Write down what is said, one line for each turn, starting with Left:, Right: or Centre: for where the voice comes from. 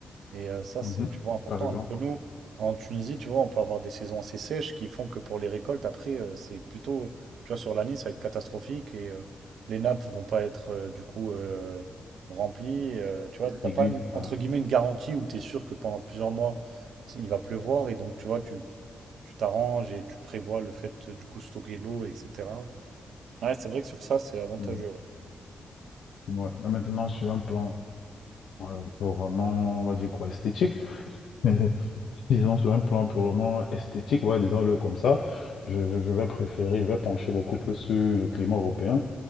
Right: Et euh, ça,
Left: Mhm.
Right: c'est, tu vois, important.
Left: Par exemple,
Right: Alors que nous, en Tunisie, tu vois, on peut avoir des saisons assez sèches qui font que pour les récoltes, après, euh, c'est plutôt, euh, tu vois, sur l'année, ça va être catastrophique et euh, les nappes vont pas être, euh, du coup, euh, remplies. et, euh, tu vois, t'as
Left: aiguille.
Right: pas, une- entre
Left: voilà.
Right: guillemets, une garantie où tu es sûr que pendant plusieurs mois, c'est- il va pleuvoir et donc, tu vois, tu tu t'arranges et tu prévois le fait, de, du coup, stocker l'eau, etc. Ouais, c'est vrai que sur ça, c'est avantageux,
Left: Mhm.
Right: ouais.
Left: Ouais. Mais maintenant, sur un plan euh, purement, on va dire quoi, esthétique, <laughs> Disons, sur un plan purement esthétique, ouais, disons-le comme ça, je, je- je vais préférer, je vais pencher beaucoup plus sur le climat européen